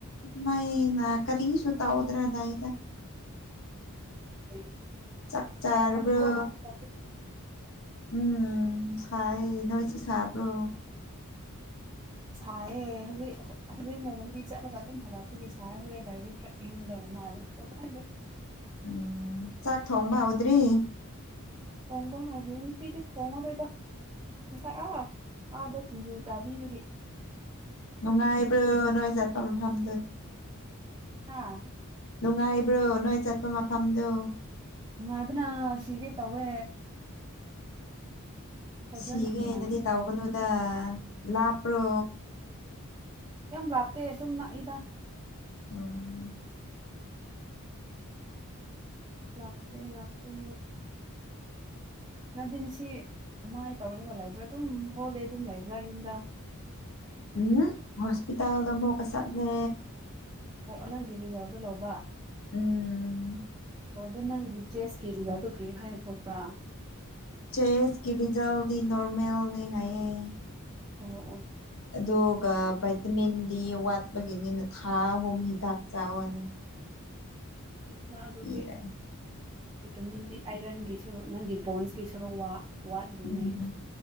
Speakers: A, on the left (about 65°); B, on the right (about 20°).
A: ꯃꯩ ꯅ ꯀꯔꯤꯁꯨ ꯇꯧꯗ꯭ꯔꯦ ꯂꯩꯗ
B: ꯑꯩ
A: ꯆꯥꯛ
B: ꯁꯥꯔꯝꯒꯅꯤꯀꯣ
A: ꯆꯥꯔꯕ꯭ꯔꯣ
B: ꯅꯪꯒꯤ <inaudible>
A: ꯎꯝ ꯁꯥꯌꯦ ꯅꯣꯏꯁꯨ ꯁꯥꯕ꯭ꯔꯣ
B: ꯁꯥꯏꯌꯦ ꯍꯧꯖꯤꯛ ꯍꯧꯖꯤꯛꯅ ꯂꯝꯕꯤ ꯆꯠꯂꯒ ꯑꯗꯨꯝ ꯍꯜꯂꯛꯄꯒꯤ ꯁꯥꯏ ꯍꯣꯔꯦꯟ ꯂꯩꯔꯗꯤ ꯈꯔꯥ ꯏꯤꯡꯒꯗꯧꯕ ꯃꯜꯂꯦ ꯗꯣ ꯈꯪꯗꯦ
A: ꯎꯝ ꯆꯥꯛ ꯊꯣꯡꯕ ꯍꯧꯗꯔ꯭ꯤ
B: ꯊꯣꯡꯕ ꯍꯧꯗꯔꯤ ꯉꯁꯤꯗꯤ ꯊꯣꯡꯉꯔꯣꯏꯗ ꯉꯁꯥꯏ ꯑꯥ ꯑꯥꯗ ꯁꯤꯡꯖꯨ ꯆꯕꯤꯕꯒꯤ
A: ꯅꯨꯡꯉꯥꯏꯕ꯭ꯔꯣ ꯅꯣꯏ ꯆꯠꯄꯥ ꯃꯐꯝꯗꯨ
B: ꯍꯥꯥ
A: ꯅꯨꯡꯉꯥꯏꯕ꯭ꯔꯣ ꯅꯣꯏ ꯆꯠꯄ ꯃꯐꯝꯗꯣ
B: ꯅꯨꯡꯉꯥꯏꯕꯅꯥ ꯁꯤꯒꯦ ꯇꯧꯋꯦ ꯐꯖꯅ
A: ꯁꯤꯒꯦꯅꯗꯤ
B: ꯅꯨꯡꯉꯥꯏꯌꯦ
A: ꯇꯧꯒꯅꯨꯗ ꯂꯥꯞꯄ꯭ꯔꯣ
B: ꯌꯥꯝ ꯂꯥꯞꯇꯦ ꯑꯗꯨꯝ ꯅꯥꯛꯏꯗ
A: ꯑꯣ
B: ꯂꯥꯞꯇꯦ ꯂꯥꯞꯇꯦ ꯅꯪꯗꯤ ꯉꯁꯤ ꯀꯃꯥꯏ ꯇꯧꯔꯒꯥ ꯂꯩꯕ꯭ꯔꯥ ꯗꯨꯝ ꯍꯣꯜꯗꯦ ꯗꯨꯝ ꯂꯩꯕ꯭ꯔꯥ ꯌꯨꯝꯗ
A: ꯎꯝ ꯍꯣꯁꯄꯤꯇꯥꯜꯗ ꯑꯃꯨꯛꯀꯥ ꯆꯠꯂꯦ
B: ꯑꯣ ꯑꯣ ꯅꯪꯒꯤ ꯔꯤꯖꯥꯜꯗꯣ ꯂꯧꯕ
A: ꯎꯝ
B: ꯑꯣ ꯑꯗꯣ ꯅꯪꯒꯤ ꯆꯦꯁꯀꯤ ꯔꯤꯖꯜꯗꯣ ꯀꯔꯤ ꯍꯥꯏꯅ ꯊꯣꯛꯄ꯭ꯔꯥ
A: ꯆꯦꯁꯀꯤ ꯔꯤꯖꯜꯗꯤ ꯅꯣꯔꯃꯦꯜꯅꯤ ꯍꯥꯏꯌꯦ
B: ꯑꯣ ꯑꯣ
A: ꯑꯗꯨꯒ ꯚꯥꯏꯠꯇꯥꯃꯤꯟꯗꯤ ꯋꯥꯠꯄꯒꯤꯅꯤꯅ ꯊꯥ ꯑꯍꯨꯝ ꯍꯤꯗꯥꯛ ꯆꯥꯑꯣꯅ
B: ꯅꯥ ꯑꯗꯨꯗꯤ
A: ꯏꯔꯦ
B: ꯚꯤꯇꯥꯃꯤꯟ ꯗꯤ ꯑꯥꯏꯔꯟꯒꯤ ꯁꯔꯨ ꯅꯪꯒꯤ ꯕꯣꯟꯁꯀꯤ ꯁꯔꯨ ꯋꯥ ꯋꯥꯠꯂꯤꯅꯦ
A: ꯎꯝ